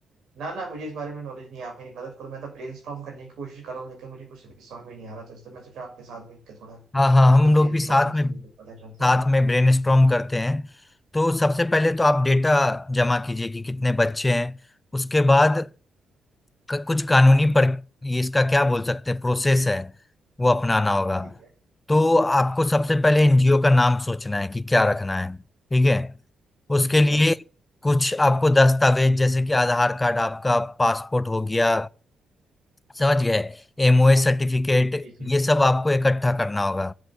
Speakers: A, on the right; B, on the left.
A: ना ना मुझे इस बारे में नॉलेज नहीं है आप मेरी मदद करो मैं तो ब्रेनस्टॉर्म करने की कोशिश कर रहा हूँ लेकिन मुझे कुछ भी समझ में नहीं आ रहा तो इसलिए मैं सोचा आपके साथ बैठ के थोड़ा
B: हाँ हाँ
A: अगर
B: हम
A: ब्रेनस्टॉर्म
B: लोग भी साथ
A: हो
B: में
A: सके तो पता चल
B: साथ
A: सके
B: में ब्रेनस्टॉर्म करते हैं तो सबसे पहले तो आप डेटा जमा कीजिए कि कितने बच्चे हैं उसके बाद क- कुछ कानूनी पर ये इसका क्या बोल सकते हैं प्रोसेस है वो अपनाना होगा
A: ठीक है
B: तो आपको सबसे
A: ठीक
B: पहले
A: है
B: एनजीओ का नाम सोचना है कि क्या रखना है ठीक है उसके
A: ठीक
B: लिए
A: है
B: कुछ आपको दस्तावेज जैसे कि आधार कार्ड आपका पासपोर्ट हो गया समझ गए एमओए सर्टिफिकेट
A: जी जी
B: ये सब आपको इकट्ठा करना होगा